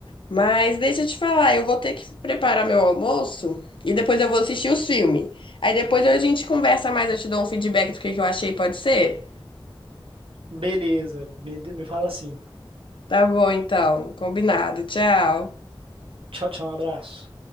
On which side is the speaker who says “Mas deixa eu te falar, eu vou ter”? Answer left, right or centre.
Left